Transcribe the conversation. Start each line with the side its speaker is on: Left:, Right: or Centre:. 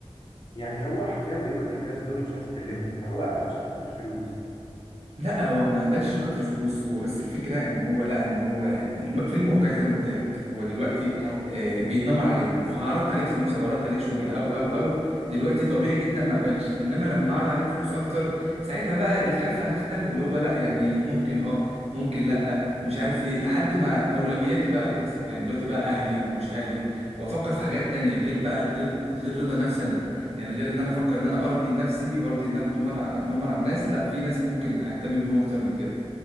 Left: يعني هو حرفيا بيكره الناس دول ومش عايز يكلمهم فهو قبل عشان خاطر الفلوس
Right: لا هو ما قبلش عشان خاطر الفلوس هو بس الفكره ان هو لقى ان هو يعني الم- فيلم واقعي زي ما قلت لك هو دلوقتي
Left: اه
Right: آه، بيتنمر عليهم فعرضت عليك فلوس او عرضت عليك شغل او او او دلوقتي طبيعي جدا ما قبلش انما لما عرض عليك فلوس اكتر ساعتها بقى الكفه هتختل اللي هو لا يعني ممكن اه ممكن لا مش عارف ايه لحد ما اولوياتي بقى هتكسب يعني دلوقتي بقى اهلي ومش اهلي وافكر في حاجات تانية غير بقى غير غير رضا نفسي انا يعني غير ان انا افكر ان انا ارضي نفسي وارضي ان انا اتنمر اتنمر على الناس لا في ناس ممكن اهتم بيهم اكتر من كده